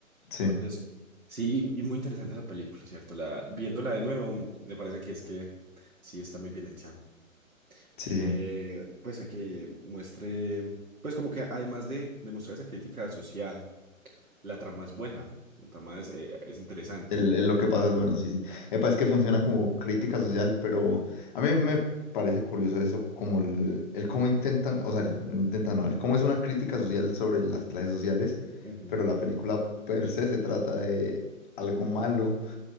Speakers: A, on the left; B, on the right.
A: Sí,
B: entonces, sí, y, y muy interesante esa película, ¿cierto? La, viéndola de nuevo, mm, me parece que es que sí está muy bien hecha,
A: sí,
B: que,
A: sí.
B: pues, a que muestre, pues, como que además de demostrar esa crítica social, la trama es buena, la trama es, eh, es interesante.
A: El- el lo que pasa es bueno, sí, sí. Epa, es que funciona como crítica social, pero a mí me parece curioso eso, como el, el cómo intentan, o sea, el- no intentan, no, el cómo es una crítica social sobre las clases sociales,
B: Ujú.
A: pero la película per se se trata de algo malo